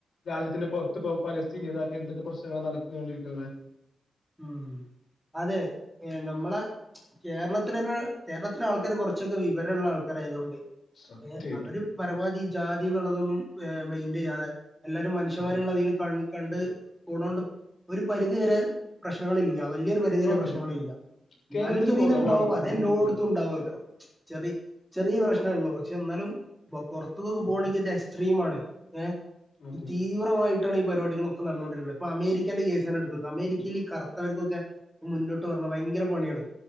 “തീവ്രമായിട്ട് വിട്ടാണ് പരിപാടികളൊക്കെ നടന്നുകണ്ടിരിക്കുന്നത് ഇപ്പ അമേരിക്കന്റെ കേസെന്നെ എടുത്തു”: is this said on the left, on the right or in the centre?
Centre